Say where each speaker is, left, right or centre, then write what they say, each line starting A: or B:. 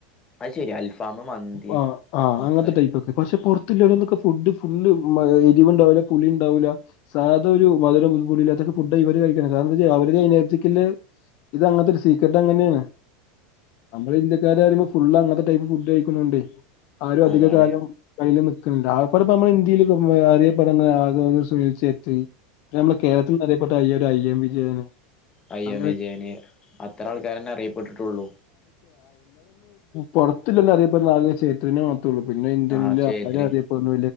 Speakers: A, on the left; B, on the left.
A: അത് ശരിയാ അൽഫാമ് മന്തി
B: ആ ആ
A: അത്ര
B: അങ്ങത്തെ ടൈപ്പൊക്കെ പഷേ കൊർ ക്ക് ഫുഡ് ഫുൾ എരിവ് ഉണ്ടാവില്ല പുളി ഉണ്ടാവില്ല സാധാ ഒരു മധുരവും പുളിയില്ലാത്തതൊക്കെ ഫുഡാ ഇവര് കഴിക്ക കാരണം എന്താ അവര് കഞ്ഞച്ചക്കില് ഇത് അങ്ങനത്തെ ഒരു സീക്രറ്റ് അങ്ങനെയാണ്. നമ്മള് ഇന്ത്യക്കാര് പറയുമ്പോ ഫുളള് അങ്ങത്തെ ടൈപ്പ് ഫുഡ് കഴിക്കുന്നുണ്ടോ? ആരും അധിക
A: അതാണ്
B: കാലം കയ്യില് നി ക്ക്ണണ്ട് ‌ ആകപ്പാടെ പ്പ നമ്മളെ ഇന്ത്യയില് അറിയപ്പെടുന്ന <unintelligible> നമ്മള് കേരളത്തിൽ അറിയപ്പെട്ട അയ്യരു ഐ എം വിജയന്.
A: <inaudible> അയ്യം
B: അങ്ങനെ
A: വിജയന് അത്ര ആൾക്കാരന്നെ അറിയപ്പെട്ടിട്ടുള്ളു.
B: പുറത്തില്ലന്ന് അറിയപ്പെുന്ന ആകെ ചേതുനേ മാത്രഉള്ളൂ പിന്നെ ഇന്ത്യനിൽ
A: ആഹ് ചേത്രി
B: ആര അറിയപ്പെടുന്ന